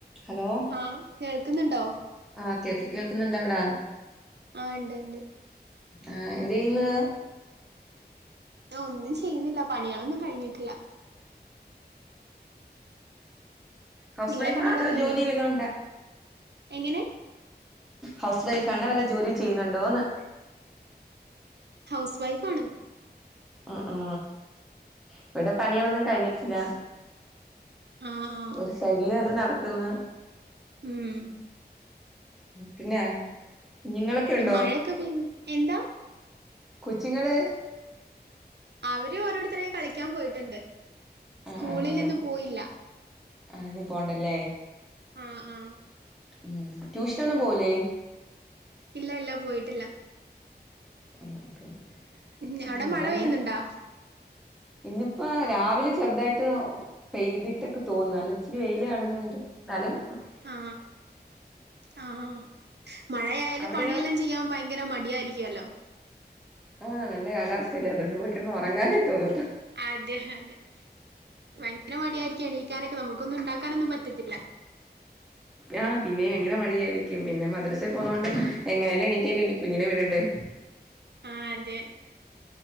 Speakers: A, in the centre; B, on the right.
A: Hello
B: ആഹ് കേൾക്കുന്നുണ്ടോ
A: ആ കേക് കേൾക്കുന്നുണ്ടോവിടാ?
B: ആ ഇണ്ട്ണ്ട്.
A: ആ എന്തേയ്യ്ന്ന്?
B: ഞാ ഒന്നും ചെയ്യുന്നില്ല പണികളൊന്നും കഴിഞ്ഞിട്ടില്ല.
A: ഹൗസ്
B: നിങ്ങളെ
A: വൈഫാ
B: പണികളൊക്കെ
A: അതോ
B: കഴിഞ്ഞോ
A: ജോലി വല്ലോം ഇണ്ട?
B: എങ്ങനെ
A: ഹൗസ് വൈഫ് ആണ വല്ല ജോലിയും ചെയ്യുന്നുണ്ടോന്ന്?
B: ഹൗസ് വൈഫ് ആണ്.
A: ആ ആ ഇവിടെ പണികളൊന്നും കഴിഞ്ഞിട്ടില്ല.
B: ആഹ് ആഹ്
A: ഒരു സൈഡില് അത് നടക്ക്‌ന്ന്.
B: ഉം
A: പിന്നെ? കുഞ്ഞുങ്ങളൊക്കെ ഉണ്ടോ
B: മഴയൊക്കെ പെയ്യുന്നു. എന്താ?
A: കൊച്ചുങ്ങള്?
B: അവര് ഓരോരുത്തരായി കളിക്കാൻ പോയിട്ടൊണ്ട്
A: ആ
B: സ്കൂളിലിന്ന്
A: ആ ആ
B: പോയില്ല.
A: ആ ന്ന് പോണ്ടല്ലേ?
B: ആ ആ
A: ഉം ട്യൂഷനൊന്നും പോവുലേ?
B: ഇല്ല ഇല്ല പോയിട്ടില്ല.
A: ആ ഓക്കെ.
B: ഉം
A: ആ
B: അവടെ
A: ഇവിടെന്ന്
B: മഴ പെയ്യ്ന്നുണ്ടോ?
A: ഇന്നിപ്പോ രാവിലെ ചെറുതായിട്ട് പെയ്തിട്ടക്കെ തോന്ന് അല്ല ഇച്ചിരി വെയില് കാണുന്നു സ്ഥലം?
B: ആ ആ മഴയായാല്
A: അവിടെയോ
B: പണിയെല്ലാം ചെയ്യാൻ ഭയങ്കര മടിയായിരിക്കുവല്ലോ.
A: ആ നല്ല കാലാവസ്ഥല്ലേ അതുകൊണ്ട് പോയി കെടന്ന് ഒറങ്ങാനേ തോന്നത്തൊ
B: അതെ അതെ ഭയങ്കര മടിയായിരിക്കും എണീക്കാനെക്കെ നമുക്കൊന്നും ഉണ്ടാക്കാനൊന്നും പറ്റ ത്തില്ല.
A: ആ പിന്നെ ഭയങ്കര മടിയായിരിക്കും. പിന്നെ മദ്രസെ പോന്നോണ്ട് എങ്ങനെയാലും എണീറ്റലല്ലേ കുഞ്ഞിനെ വിടണ്ടേ.
B: ആ അതെ.